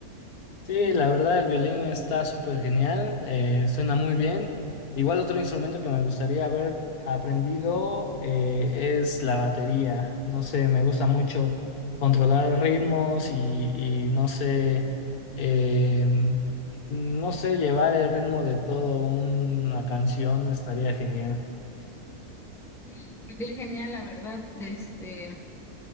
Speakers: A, on the left; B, in the centre.
A: Sí, la verdad, el violín está súper genial, eh, suena muy bien. Igual otro instrumento que me gustaría haber aprendido eh, es la batería. No sé, me gusta mucho controlar ritmos y, y no sé, eh, no sé, llevar el ritmo de toda una canción estaría genial.
B: Sí, sería genial, la verdad, este.